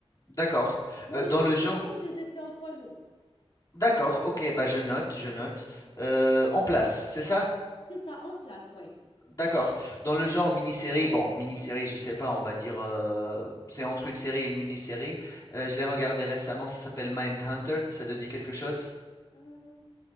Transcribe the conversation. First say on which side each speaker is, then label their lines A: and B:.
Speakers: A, on the left (about 35°); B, on the left (about 60°).
A: D'accord.
B: Moi,
A: Euh,
B: les
A: dans
B: deux
A: le genre.
B: saisons, je les ai fait en trois jours.
A: D'accord, ok, bah je note, je note. Euh, en place, c'est ça?
B: C'est ça, en place, ouais.
A: D'accord. Dans le genre mini-série, bon, mini-série, je sais pas, on va dire, euh, c'est entre une série et une mini-série. Euh, je l'ai regardé récemment, ça s'appelle Mindhunter, ça te dit quelque chose?
B: Euh,